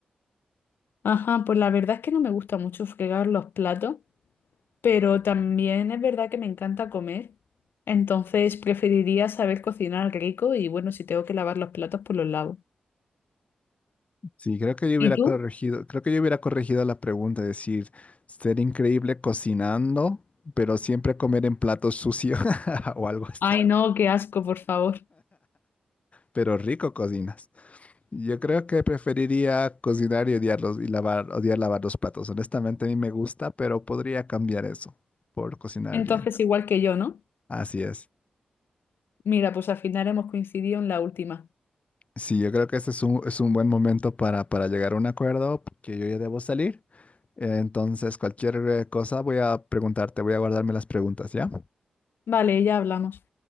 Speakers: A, on the left; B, on the left.
A: Ajá, pues la verdad es que no me gusta mucho fregar los platos, pero también es verdad que me encanta comer. Entonces preferiría saber cocinar rico y bueno, si tengo que lavar los platos, pues los lavo.
B: Sí, creo que yo hubiera
A: ¿Y tú?
B: corregido, creo que yo hubiera corregido la pregunta, es decir, ser increíble cocinando, pero siempre comer en platos sucios <laughs> o algo así.
A: Ay, no, qué asco, por favor.
B: Pero rico cocinas. Yo creo que preferiría cocinar y odiarlos y lavar, odiar lavar los platos. Honestamente, a mí me gusta, pero podría cambiar eso por cocinar
A: Entonces
B: bien.
A: igual que yo, ¿no?
B: Así es.
A: Mira, pues al final hemos coincidido en la última.
B: Sí, yo creo que este es un, es un buen momento para, para llegar a un acuerdo, porque yo ya debo salir. Entonces, cualquier eh, cosa voy a preguntarte, voy a guardarme las preguntas, ¿ya?
A: Vale, ya hablamos.